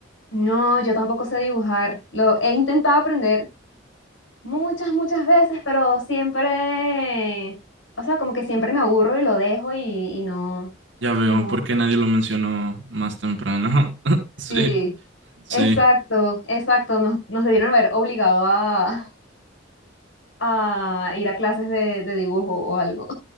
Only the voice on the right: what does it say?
Ya veo,
¿por qué nadie lo mencionó más temprano? <laughs> Sí,
sí.